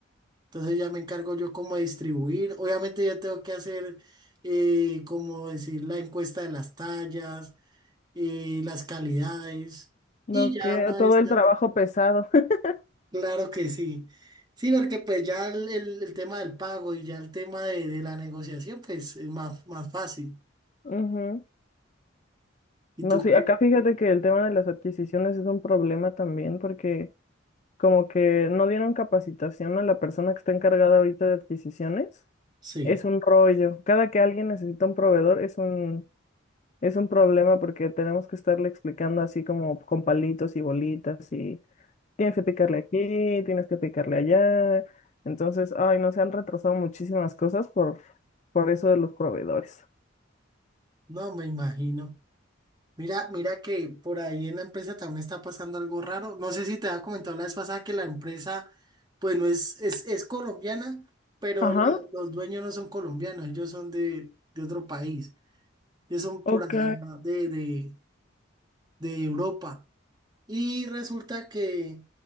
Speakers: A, on the right (about 20°); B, on the left (about 35°).
A: Entonces ya me encargo yo como de distribuir. Obviamente yo tengo que hacer, eh, como decir, la encuesta de las tallas, eh, las calidades.
B: No,
A: Y ya
B: que
A: una
B: todo
A: vez... que
B: el trabajo pesado. <laughs>
A: Claro que sí. Sí, porque pues ya el, el- el tema del pago y ya el tema de, de la negociación, pues es más, más fácil.
B: Ujú.
A: ¿Y
B: No,
A: tú
B: sí,
A: qué?
B: acá fíjate que el tema de las adquisiciones es un problema también porque como que no dieron capacitación a la persona que está encargada ahorita de adquisiciones.
A: Sí,
B: Es un rollo. Cada que alguien necesita un proveedor es un, es un problema porque tenemos que estarle explicando así como con palitos y bolitas y Tienes que picarle aquí, tienes que picarle allá. Entonces, ay, no, se han retrasado muchísimas cosas por, por eso de los proveedores.
A: no me imagino. Mira, mira que por ahí en la empresa también está pasando algo raro. No sé si te había comentado la vez pasada que la empresa, pues no es, es, es colombiana, pero
B: Ajá,
A: la- los dueños no son colombianos, ellos son de, de otro país. Ellos son
B: ok.
A: por acá de, de, de Europa. Y resulta que